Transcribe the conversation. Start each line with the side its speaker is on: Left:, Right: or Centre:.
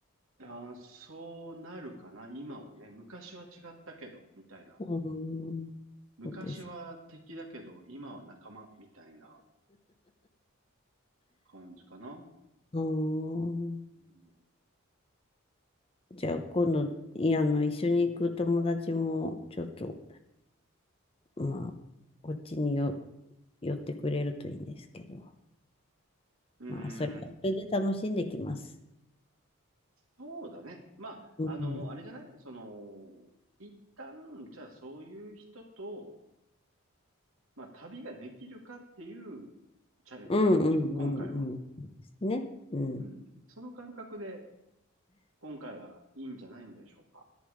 Right: あーそうなるかな。今はね、昔は違ったけど、みたいな。
Left: うーん。
Right: 昔は敵だけど、
Left: そうです。
Right: 今は仲間、みたいな感じかな。
Left: うーん。
Right: うん。
Left: じゃあ今度、いや、あの、一緒に行く友達も、ちょっと、まあ、こっちによ、寄ってくれるといいんですけど、
Right: うー
Left: まあ、それ、
Right: ん。
Left: それで楽しんできます。
Right: そうだね。まあ、
Left: うん、
Right: あの、あれじゃないその、一旦、じゃあそういう人と、まあ、旅ができるかっていうチャレンジこん今回は。
Left: うん、うん、うん。うんですね。うん。
Right: うん。その感覚で、今回はいいんじゃないんでしょうか。